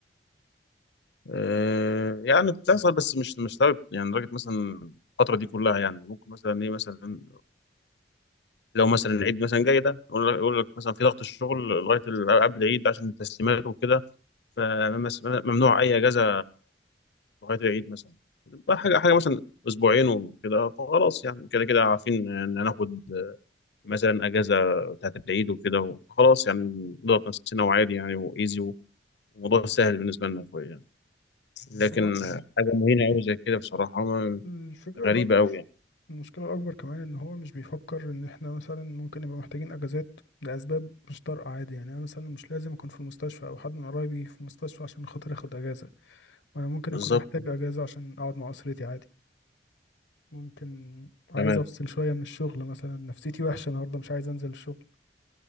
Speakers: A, on the left; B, on the left.
A: آه يعني بتحصل بس مش مش لدرجه يعني لدرجه مثلا الفتره دي كلها يعني ممكن مثلا ايه مثلا لو مثلا العيد مثلا جاي ده يقول لك يقول لك مثلا في ضغط الشغل لغايه الالعاب العيد عشان التسليمات وكده فممنوع اي اجازه لغايه العيد مثلا بقى حاجه حاجه مثلا اسبوعين وكده فخلاص يعني كده كده عارفين ان هناخد مثلا اجازه بتاعت العيد وكده فخلاص يعني نضغط نفسنا وعادي يعني وايزي وموضوع سهل بالنسبه لنا شويه يعني لكن
B: هو
A: حاجه مهينه قوي زي كده بصراحه ما-
B: الفكره
A: غريبه
B: الاكبر
A: قوي يعني
B: المشكله الاكبر كمان ان هو مش بيفكر ان احنا مثلا ممكن نبقى محتاجين اجازات لاسباب مش طارئه عادي يعني انا مثلا مش لازم اكون في المستشفى او حد من قرايبي في المستشفى عشان خاطر اخد اجازه وانا ممكن
A: بالظبط
B: اكون محتاج اجازه عشان اقعد مع اسرتي عادي ممكن عايز
A: تمام
B: افصل شويه من الشغل مثلا نفسيتي وحشه النهارده مش عايز انزل الشغل